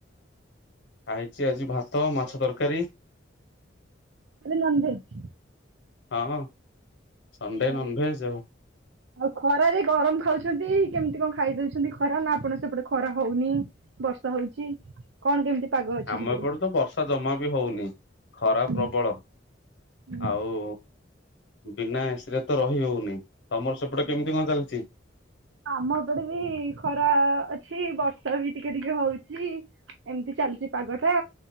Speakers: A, on the left; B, on the right.
A: ଖାଇଛି ଆଜି ଭାତ ମାଛ ତରକାରୀ।
B: ନନ ଭେଜ୍
A: ହଁ। ସଣ୍ଡେ
B: ହଉ
A: ନନଭେଜ ଆଉ।
B: ଆଉ ଖରାରେ ଗରମ ଖାଉ ଛନ୍ତି କେମିତି କଣ ଖାଇଦଉଛନ୍ତି ଖରା ନା ଆପଣ ସେପଟେ ଖରା ହୋଉନି ବର୍ଷା ହୋଉଚି। କଣ କେମିତି? ପାଗ ଅଛି
A: ଆମ
B: ସେପଟେ?
A: ଏପଟେ ତ ବର୍ଷା ଜମା ବି ହଉନି ଖରା
B: ହୁଁ
A: ପ୍ରବଳ।
B: ହୁଁ।
A: ଆଉ। ବିନା ଏ ସିରେ ତ ରହି ହଉନି, ତମର ସେପଟ
B: ହଁ
A: କେମିତି କଣ ଚାଲିଚି?
B: ଆମ ଏପଟେ ବି ଖରା ଅଛି ବର୍ଷା ବି ଟିକେ ଟିକେ ହଉଚି। ଏମିତି ଚାଲିଛି ପାଗଟା